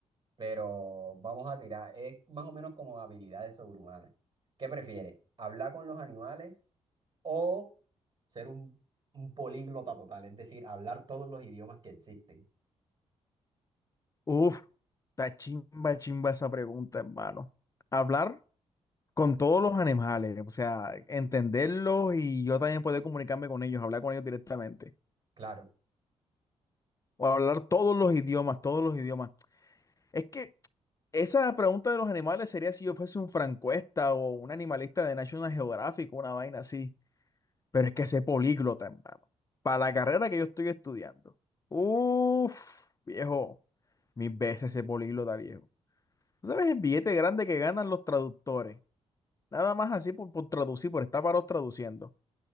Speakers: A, on the right; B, on the left.
A: pero vamos a tirar. Es más o menos como habilidades sobrehumanas. ¿Qué prefieres? ¿Hablar con los animales o ser un, un políglota total? Es decir, hablar todos los idiomas que existen.
B: Uf, está chimba, chimba esa pregunta, hermano. Hablar con todos los animales, o sea,
A: Sí.
B: entenderlos y yo también poder comunicarme con ellos, hablar con ellos directamente.
A: Claro.
B: O hablar todos los idiomas, todos los idiomas. Es que esa pregunta de los animales sería si yo fuese un francuesta o un animalista de National Geographic, una vaina así. Pero es que ese políglota, hermano, para la carrera que yo estoy estudiando. Uf, viejo, mil veces ese políglota, viejo. ¿Tú sabes el billete grande que ganan los traductores? Nada más así por, por traducir, por estar varos traduciendo.